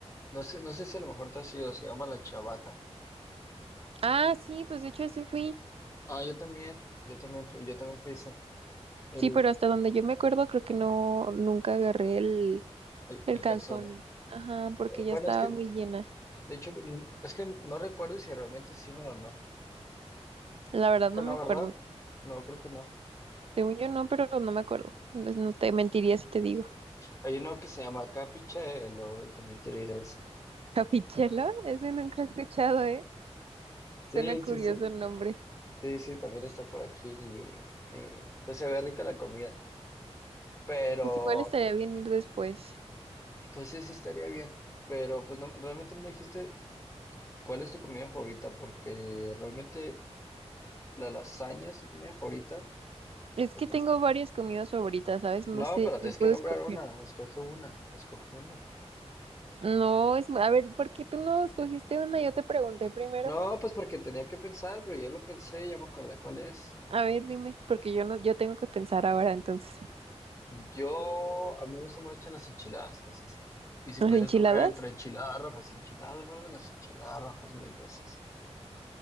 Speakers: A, on the left; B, on the right.
A: No sé, no sé si a lo mejor tú has ido, se llama la chavata.
B: Ah, sí, pues de hecho ese fui.
A: Ah, yo también, yo también fui, yo también fui ese, el,
B: Sí, pero hasta donde yo me acuerdo creo que no, nunca agarré el,
A: el,
B: el
A: el
B: calzone.
A: calzón. Eh,
B: Ajá, porque ya
A: Bueno,
B: estaba
A: es que,
B: muy llena.
A: de hecho, mm, es que no recuerdo si realmente hicieron o no.
B: La verdad
A: Creo que
B: no me
A: no,
B: acuerdo.
A: ¿verdad? No, creo que no.
B: Según yo no, pero no me acuerdo. No no te mentiría si te digo. <laughs>
A: Hay uno que se llama Capichelo y también quiero ir a ese.
B: Capichela, ese nunca he escuchado, ¿eh?
A: Sí,
B: Suena curioso
A: sí, sí.
B: el nombre.
A: Sí, sí, también está por aquí y, y, pues se ve rica la comida. Pero,
B: Pues igual estaría bien ir después.
A: pues sí, sí estaría bien. Pero, pues no, realmente no me dijiste cuál es tu comida favorita, porque realmente La lasaña es tu comida favorita.
B: Es
A: Pues,
B: que tengo
A: No,
B: varias comidas favoritas, ¿sabes? No
A: No,
B: sé,
A: pero tienes
B: no puedo
A: que nombrar
B: escoger.
A: una. Escoge una. Escoge una.
B: No, es, a ver, ¿por qué tú no escogiste una? Yo te pregunté primero.
A: No, pues porque tenía que pensar, pero ya lo pensé, ya me acordé cuál es.
B: A ver, dime, porque yo no, yo tengo que pensar ahora entonces.
A: Yo, a mí me gustan mucho las enchiladas. las enchi- y si
B: ¿Las
A: pudiera
B: enchiladas?
A: escoger entre enchiladas rojas y enchiladas verdes, las enchiladas rojas mil veces.